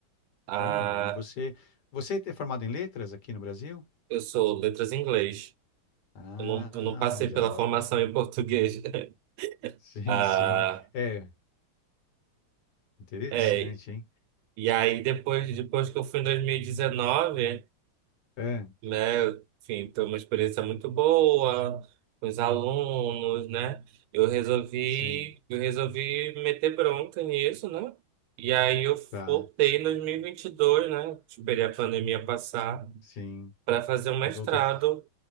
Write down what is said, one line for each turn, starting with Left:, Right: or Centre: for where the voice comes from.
Right: Ah,
Left: Olha, e você, você é formado em letras aqui no Brasil?
Right: eu sou letras em inglês.
Left: Ah,
Right: Eu não, eu não passei
Left: já
Right: pela
Left: logo.
Right: formação
Left: <laughs>
Right: em português. <laughs>
Left: Sim,
Right: Ah,
Left: sim. É, interessante,
Right: é.
Left: hein?
Right: E aí, depois, depois que eu fui em 2019.
Left: É,
Right: né? Eu, Enfim, foi uma experiência muito boa com os alunos, né? Eu resolvi,
Left: sim,
Right: eu resolvi meter bronca nisso, né? E aí eu
Left: tá,
Right: voltei em 2022, né? Esperei a pandemia passar
Left: sim.
Right: para fazer um mestrado
Left: E voltou.